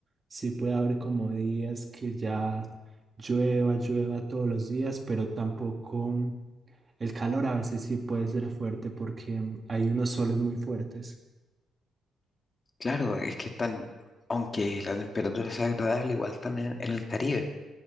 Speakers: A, on the right; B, on the left.
A: sí puede haber como días que ya llueva, llueva todos los días, pero tampoco el calor a veces sí puede ser fuerte porque hay unos soles muy fuertes.
B: Claro, es que están, aunque la temperatura sea agradable, igual están en, en el Caribe.